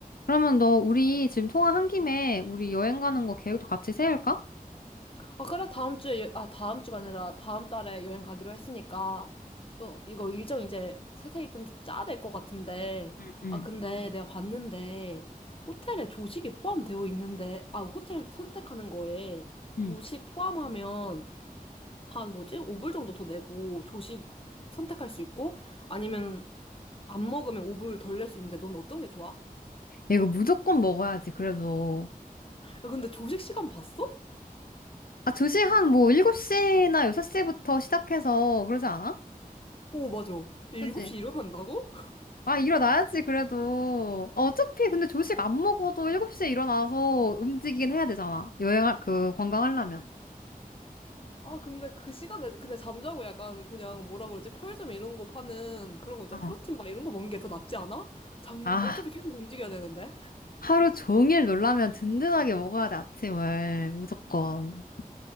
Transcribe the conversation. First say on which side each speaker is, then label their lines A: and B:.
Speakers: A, on the left (about 75°); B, on the left (about 35°).
A: 그러면 너 우리 지금 통화한 김에 우리 여행 가는 거 계획도 같이 세울까?
B: 아, 그래, 다음 주에, 여- 아, 다음 주가 아니라 다음 달에 여행 가기로 했으니까, 이거, 이거 일정 이제 세세히 좀 짜야 될 것 같은데,
A: 응, 응,
B: 아, 근데 내가 봤는데, 호텔에 조식이 포함되어 있는데, 아, 호텔 선택하는 거에
A: 응.
B: 조식 포함하면 한 뭐지? 5불 정도 더 내고, 조식 선택할 수 있고, 아니면 안 먹으면 5불 덜 낼 수 있는데, 넌 어떤 게 좋아?
A: 야, 이거 무조건 먹어야지, 그래도.
B: 야, 근데 조식 시간 봤어?
A: 아, 2시한 뭐 7시나 6시부터 시작해서 그러지 않아?
B: 오, 맞아. 7시
A: 그치?
B: 일어난다고?
A: 아, 일어나야지, 그래도. 아, 어차피 근데 조식 안 먹어도 7시에 일어나서 움직이긴 해야 되잖아. 여행할, 그, 관광하려면.
B: 아, 근데 그 시간에, 근데 잠자고 약간 그냥 뭐라 그러지? 편의점 이런 거 파는 그런 거 있잖아.
A: 어.
B: 프로틴 바 이런 거 먹는 게 더 낫지 않아? 잠,
A: 아,
B: 어차피 계속 움직여야 되는데?
A: 하루 종일 놀라면 든든하게 먹어야 돼, 아침을. 무조건.